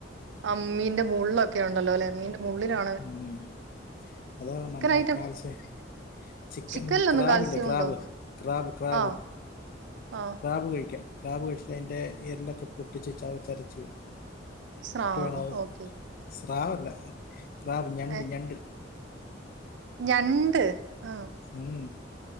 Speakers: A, on the right (about 65°); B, on the left (about 50°).
A: അ മ്മീന്റെ മുള്ളൊക്കെ ഉണ്ടല്ലോ ലെ മീന്റെ മുള്ളിലാ
B: ഉം അതാണ്
A: ഐറ്റം
B: <unintelligible> കാൽസ്യേ ടിക്കൻ
A: ചിക്കനിലൊന്നും
B: നൂടി ക്രാബില്ലെ,
A: കാൽസ്യം
B: ക്രാബ്
A: ഉണ്ടോ
B: ക്രാവ്, ക്രാവ്
A: ആ ആ
B: ക്രാബ് കഴിക്കാ ക്രാബ് കഴിച്ച്ട്ട് അയിന്റെ എല്ലൊക്കെ പൊട്ടിച്ച് ചവചരച്ച്
A: സ്രാവ്
B: ട്ട് വേണ അത്
A: ഓക്കെ
B: സ്രാവല്ല ക്രാബ് ഞണ്ട്
A: ഏ
B: ഞണ്ട്
A: ഞണ്ട് ആ
B: ഉം